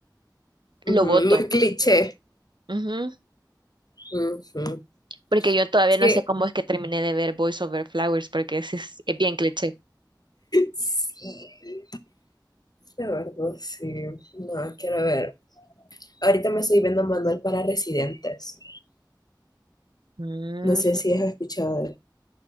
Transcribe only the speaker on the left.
Ujú,
Muy cliché.
Ujú.
Sí,
sí, la verdad, sí. No, quiero ver. Ahorita me estoy viendo Manual para Residentes.
No sé si has escuchado